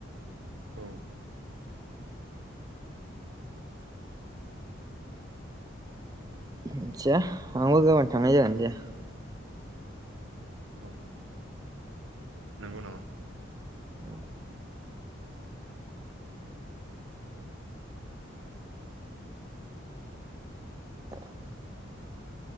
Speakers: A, on the right (about 80°); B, on the right (about 20°).
A: औ
B: आहनसा आंबो गाबोन थांनाय जागोन ना जाया
A: अ ह नोंगौ नामा?
B: औ <inaudible>